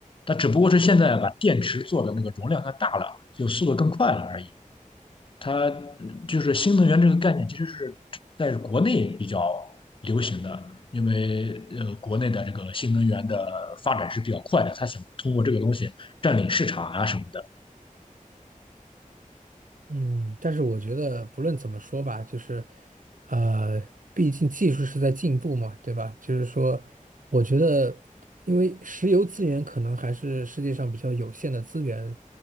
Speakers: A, on the left; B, on the right.
A: 它只不过是现在把电池做的那个容量它大了，就速度更快了而已。它就是新能源这个概念，其实是在国内比较流行的，因为呃，国内的这个新能源的发展是比较快的，它想通过这个东西占领市场啊什么的。
B: 嗯，但是我觉得不论怎么说吧，就是，呃，毕竟技术是在进步嘛，对吧？就是说，我觉得，因为石油资源可能还是世界上比较有限的资源，